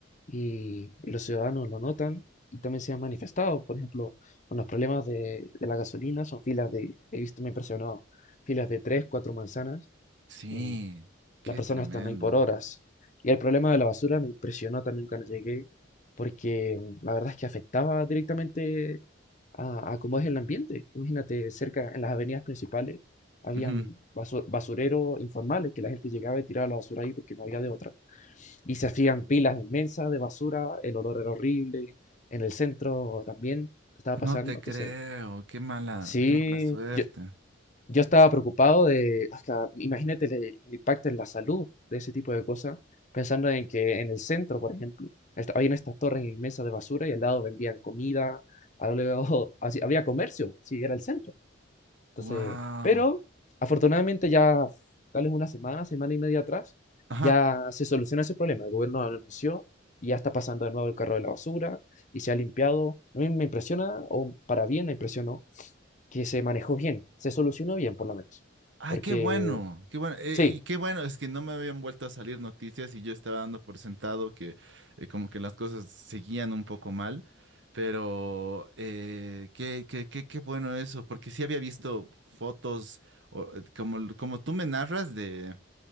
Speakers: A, on the left (about 40°); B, on the right (about 65°).
A: y los ciudadanos lo notan y también se han manifestado, por ejemplo, con los problemas de, de la gasolina, son filas de, he visto, me ha impresionado, filas de tres, cuatro manzanas,
B: Sí,
A: em,
B: qué
A: las personas
B: tremendo.
A: están ahí por horas. Y el problema de la basura me impresionó también cuando llegué, porque em, la verdad es que afectaba directamente a, a cómo es el ambiente. Imagínate, cerca, en las avenidas principales, habían
B: Ujú.
A: basu- basureros informales que la gente llegaba y tiraba la basura ahí porque no había de otra. Y se hacían pilas inmensas de basura, el olor era horrible, en el centro también estaba pasando.
B: No te creo,
A: Entonces,
B: qué mala,
A: sí,
B: qué mala suerte.
A: yo, yo estaba preocupado de, hasta, imagínate el, el impacto en la salud de ese tipo de cosas, pensando en que en el centro, por ejemplo, esta- habían estas torres inmensas de basura y al lado vendían comida, al lado, <laughs> así, había comercio, sí, era el centro. Entonces,
B: Wow.
A: pero afortunadamente ya tal vez una semana, semana y media atrás,
B: Ajá.
A: ya se solucionó ese problema. El gobierno lo anunció y ya está pasando de nuevo el carro de la basura y se ha limpiado. A mí me impresiona, o para bien me impresionó, que se manejó bien, se solucionó bien por lo menos.
B: Ay,
A: Porque
B: qué bueno, qué bueno, eh,
A: sí,
B: y qué bueno, es que no me habían vuelto a salir noticias y yo estaba dando por sentado que eh, como que las cosas seguían un poco mal, pero eh, qué, qué, qué, qué bueno eso, porque sí había visto fotos, o, eh, como, como tú me narras de